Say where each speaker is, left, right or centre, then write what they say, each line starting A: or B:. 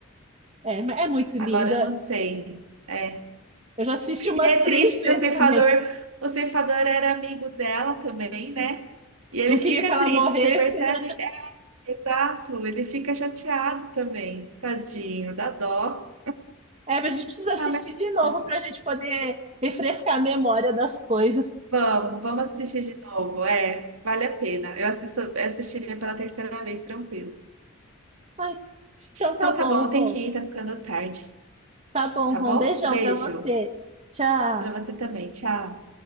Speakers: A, on the right; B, on the right.
A: é, é muito linda.
B: Agora eu não sei. É.
A: Eu já assisti umas
B: E é
A: três
B: triste porque
A: vezes
B: o ceifador,
A: também.
B: o ceifador era amigo dela também, né? E ele
A: não queria
B: fica
A: que ela
B: triste,
A: morresse,
B: você percebe?
A: né?
B: É, exato, ele fica chateado também. Tadinho, dá dó.
A: É, mas a gente precisa assistir
B: Ah, mas tá
A: de novo
B: bom,
A: para a gente poder refrescar a memória das coisas.
B: vamos, vamos assistir de novo. É, vale a pena. Eu assisto, assistiria pela terceira vez, tranquilo.
A: Ai, então
B: Então
A: tá bom,
B: tá bom, eu
A: Rô.
B: tenho que ir, tá ficando tarde.
A: Tá bom,
B: Tá
A: Rô.
B: bom?
A: Um beijão
B: Beijo.
A: para você. Tchau.
B: Para você também. Tchau.